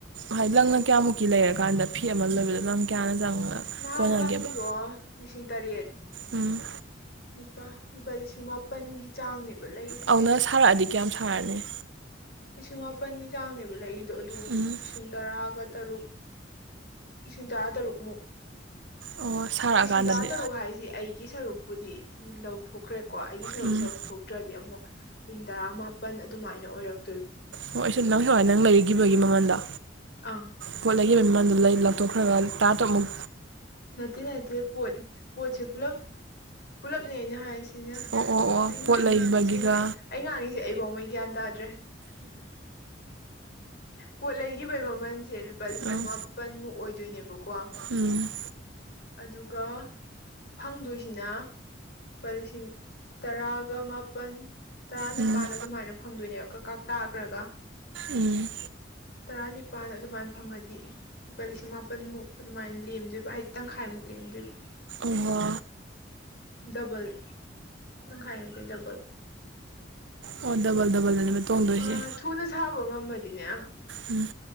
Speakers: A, on the right (about 75°); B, on the left (about 55°).
A: ꯍꯥꯏ ꯂꯪꯅ ꯀꯌꯥꯃꯨꯛꯀꯤ ꯂꯩꯔꯀꯥꯟꯗ ꯐꯤ ꯑꯃ ꯂꯣꯏꯕꯗ ꯂꯪ ꯀꯌꯥꯅ ꯆꯪꯉ
B: ꯅꯍꯥꯟ
A: ꯀꯣꯟꯅꯒꯦꯕ
B: ꯂꯪꯗꯣ ꯂꯤꯁꯤꯡ ꯇꯔꯦꯠ
A: ꯎꯝ꯫
B: ꯂꯨꯄꯥ ꯂꯨꯄꯥ ꯂꯤꯁꯤꯡ ꯃꯥꯄꯟꯒꯤ ꯆꯥꯡꯅꯦꯕ ꯂꯩꯔꯤꯁꯦ꯫
A: ꯑꯧꯅ ꯁꯥꯔꯛꯑꯗꯤ ꯀꯌꯥꯝ ꯁꯥꯔꯅꯤ꯫
B: ꯂꯤꯁꯤꯡ ꯃꯥꯄꯟꯒꯤ ꯆꯥꯡꯅꯦꯕ ꯂꯩꯔꯤꯗꯣ ꯑꯗꯨ
A: ꯎꯝ
B: ꯂꯤꯁꯤꯡ ꯇꯔꯥꯒ ꯇꯔꯨꯛ ꯂꯤꯁꯤꯡ ꯇꯔꯥ ꯇꯔꯨꯛꯃꯨꯛ꯫
A: ꯑꯣ ꯁꯥꯔꯛꯑꯀꯥꯟꯗꯗꯤ
B: ꯂꯤꯁꯤꯡ ꯇꯔꯥ ꯇꯔꯨꯛ ꯍꯥꯏꯁꯤ ꯑꯩꯒꯤ ꯁꯔꯨꯛꯄꯨꯗꯤ ꯂꯧꯊꯣꯛꯈ꯭ꯔꯦꯀꯣ ꯑꯩꯒꯤ ꯁꯔꯨꯛ
A: ꯎꯝ
B: ꯂꯧꯊꯣꯛꯇ꯭ꯔꯗꯤ ꯑꯃꯨꯛ ꯂꯤꯁꯤꯡ ꯇꯔꯥ ꯃꯥꯄꯟ ꯑꯗꯨꯃꯥꯏꯅ ꯑꯣꯏꯔꯛ
A: ꯍꯣꯏ ꯑꯩꯁꯨ ꯅꯪ <unintelligible> ꯅꯪ ꯂꯩꯈꯤꯕꯒꯤ ꯃꯃꯟꯗꯣ꯫
B: ꯑꯪ
A: ꯄꯣꯠ ꯂꯩꯒꯤꯕꯩ ꯃꯃꯜꯗꯨ ꯂꯣꯏ ꯂꯧꯊꯣꯛꯈ꯭ꯔꯒ ꯇꯥꯔ ꯇꯔꯨꯛ ꯃꯨꯛ
B: ꯅꯠꯇꯦ ꯅꯠꯇꯦ ꯄꯣꯠ ꯄꯣꯠꯁꯦ ꯄꯨꯜꯂꯞ ꯄꯨꯜꯂꯞꯅꯦ ꯑꯩꯅ ꯍꯥꯏꯁꯤ꯫ ꯑꯩꯅ
A: ꯑꯣ ꯑꯣ ꯑꯣ
B: ꯑꯩ ꯉꯥꯡꯉꯤꯁꯤ
A: ꯄꯣꯠ ꯂꯩꯕꯒꯤꯒ
B: ꯑꯩ ꯑꯩ ꯉꯥꯡꯉꯤꯁꯤ ꯑꯩꯐꯥꯎꯃꯩ ꯒ꯭ꯌꯥꯟ ꯇꯥꯗ꯭ꯔꯦ꯫ ꯄꯣꯠ ꯂꯩꯈꯤꯕꯒꯤ ꯃꯃꯜꯁꯦ ꯂꯨꯄꯥ ꯂꯤꯁꯤꯡ
A: ꯑꯪ
B: ꯃꯥꯄꯟꯃꯨꯛ ꯑꯣꯏꯗꯣꯏꯅꯦꯕꯀꯣ꯫
A: ꯎꯝ꯫
B: ꯑꯗꯨꯒ ꯐꯪꯗꯣꯏꯁꯤꯅ ꯂꯨꯄꯥ ꯂꯤꯁꯤꯡ ꯇꯔꯥꯒ ꯃꯥꯄꯜ꯫ ꯇꯔꯥꯅꯤꯄꯥꯥꯟ
A: ꯎꯝ
B: ꯑꯗꯨꯃꯥꯏꯅ ꯐꯪꯗꯣꯏꯅꯦꯕ ꯀꯀꯥꯛ ꯇꯥꯒꯔꯒ꯫
A: ꯎꯝ꯫
B: ꯇꯔꯥꯅꯤꯄꯥꯜ ꯑꯗꯨꯃꯥꯏꯅ ꯐꯪꯉꯗꯤ꯫ ꯂꯨꯄꯥ ꯂꯤꯁꯤꯡ ꯃꯥꯄꯟꯃꯨꯛ ꯑꯗꯨꯃꯥꯏꯅ ꯂꯦꯝꯗꯣꯏꯕ ꯍꯥꯏꯗꯤ ꯇꯪꯈꯥꯏꯃꯨꯛ ꯂꯦꯝꯗꯣꯏꯕ꯫
A: ꯎꯍꯣ꯫
B: ꯗꯕꯜ ꯇꯪꯈꯥꯏ ꯅꯠꯇꯦ ꯗꯕꯜ꯫
A: ꯑꯣ ꯗꯕꯜ ꯗꯕꯜꯗꯅꯦꯕ ꯇꯣꯡꯗꯣꯏꯁꯦ
B: ꯑ ꯊꯨꯅ ꯁꯥꯕ ꯉꯝꯃꯗꯤꯅꯦ
A: ꯎꯝ